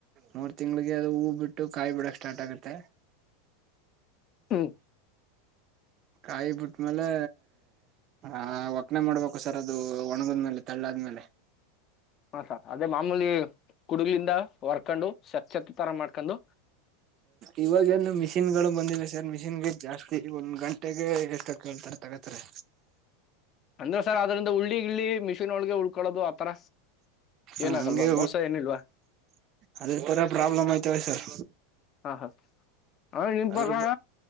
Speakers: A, on the right; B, on the left.
A: ಮೂರ್ ತಿಂಗಳಿಗೆ ಅದು ಹೂ ಬಿಟ್ಟು ಕಾಯಿ ಬಿಡಕ್ ಸ್ಟಾರ್ಟ್ ಆಗತ್ತೆ
B: ಹ
A: ಕಾಯಿ ಬಿಟ್ಟ್ಮೇಲೆ ಆ ಒಕ್ನೆ ಮಾಡ್ಬೇಕು ಸರ್ ಅದು ಒಣಗದ್ಮೇಲೆ ತಳ್ಳ ಆದ್ಮೇಲೆ
B: ಹಾ ಸರ್ ಅದೇ ಮಾಮೂಲಿ ಹಡುಗಲಿಂದ ಹೊರ್ಕೊಂಡು ಸಕ್ತ್ ತರ ಮಾಡ್ಕೊಂಡು
A: ಇವಾಗ ಏನು ಮಿಷಿನ್ ಗಳು ಬಂದಿವೆ ಸರ್ ಮಿಷಿನ್ ಜಾಸ್ತಿ ಒಂದ್ ಗಂಟೆಗೆ ಎಷ್ಟ ಕೇಳ್ತಾರ ತಗತ್ರಿ
B: ಅಂದ್ರ ಸರ್ ಅದ್ರಿಂದ ಉುಳ್ಳಿ ಇಿ ಮಿಷಿನ್ ಒಳಗೆ ಉಳ್ಕೊಳದು ಆತರ
A: ಹ
B: ಏನಾಗಲ್ವಾ
A: ಹಗೆ
B: ಮೋಸ ಏನಿಲ್ವಾ
A: ಅದೇ ತರ ಪ್ರಾಬ್ಲಮ್ ಆಯ್ತ ವೆ ಸರ್
B: ಹಾ ಹಾ್ರೆ ನಿನ್
A: ಅದ್ರ
B: ಪ್ರಕಾರ